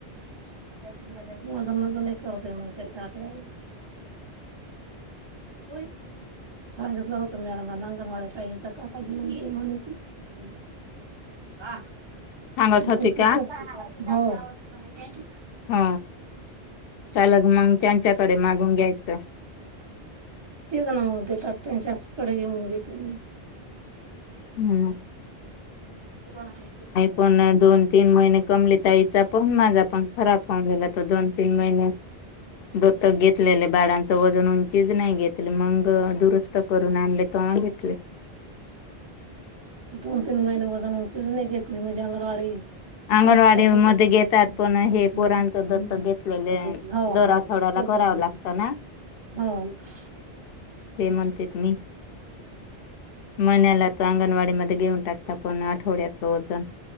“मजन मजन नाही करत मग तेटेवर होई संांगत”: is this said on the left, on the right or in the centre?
Right